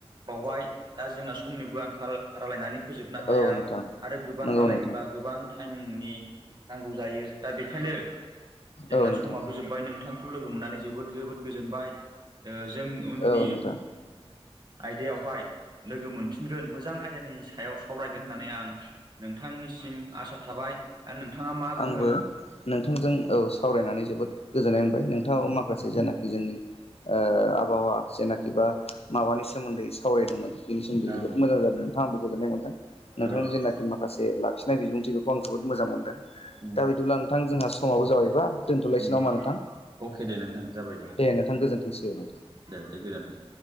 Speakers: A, on the right; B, on the left.
A: बावबाय। दा जोंना समनिबो आंखाल रायलायनानै फोजोबनो हाया
B: औ नोंथां
A: आरो गोबां
B: नंगौ
A: रायलायनोबा
B: नोंथां
A: गोबां टाइमनि नांगौ जायो। दा बेखायनो जोंना
B: औ नोंथां
A: समाबो जोब्बाय नोंथांखौ <unintelligible> लोगो मोननानै जोबोद- जोबोद गोजोनबाय जों उननि
B: औ नोंथां
A: आयदायावहाय लोगो मोनफिनगोन, मोजां आयदानि सायाव सावरायगोन होननानै आं नोंथांनिसिम आसा थाबाय। दा नोंथाङा मा बुङो
B: आंबो नोंथांजों, औ सावरायनानै जोबोद गोजोननाय मोनबाय। नोंथाङाव माखासे जेनाखि जोंनि ओ आबहावा जेनाखि बा माबानि सोमोन्दै सावरायदोंमोन। बेनि सोमोनदै
A: औ
B: जोबोद मोजां जादों। नोंथां आंबो गोजोन्नाय मोनदों। नोंथांनि
A: औ
B: जेनाखि
A: औ
B: माखासे लाखि <unintelligible> बिबुंथि बेखौ आं जोबोद मोजां मोनदों।
A: उम
B: दा बिदिब्ला नोंथां जोंहा समाबो जाबायबा दोनथ'लायसै
A: उम
B: <unintelligible> नोंथां।
A: अके दे नोंथां जाबाय दे।
B: नोंथां गोजोनथोंसै औ नोंथां।
A: दे दे गोजोन्थों।